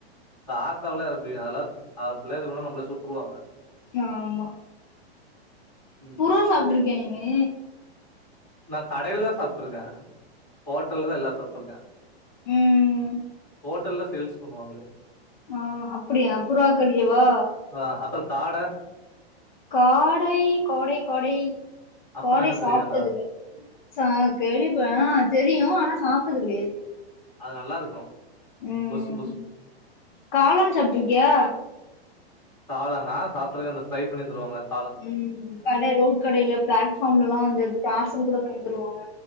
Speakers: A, in the centre; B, on the left.
A: காக்காவ்லா யாராவ்து பிரியாணி அதெல்லா அப்புல்லா எதும் பண்ணோனா நம்மல சுட்ருவாங்க
B: ஆமா
A: ம்
B: புருவ் சாப்ட்டுருக்கியா நீனு
A: நான் கடையில தா சாப்ட்டுருக்கே ஹோட்டல்ல தா எல்லா சாப்ட்டுருக்கே
B: ம்
A: ஹோட்டல்ல சேல்ஸ் பண்ணுவாங்ளே
B: ஆஹ் அப்படியா புறா கறியவா
A: ஆ அப்புற காட
B: காடை காடை காடை
A: அப்பன்னு
B: காடை
A: என்னன்னு
B: சாப்ட்டதுல்ல
A: தெரியாதா
B: சா கேள்விப்ப அஹ் தெரியு ஆனா சா சாப்ட்டது கெடையாது
A: அது நல்லா இருக்கு
B: ம்
A: பொசு பொசு
B: காளான் சாப்ட்டுருக்கியா
A: காளானா சாப்ட்டுருக்கே அந்த ஃப்ரை பண்ணி தருவாங்களே அ
B: உம் கடை ரோட் கடைல பிளாட்ஃபார்ம்லல்லா வந்து பிராசல் கூட பண்ணி தருவாங்க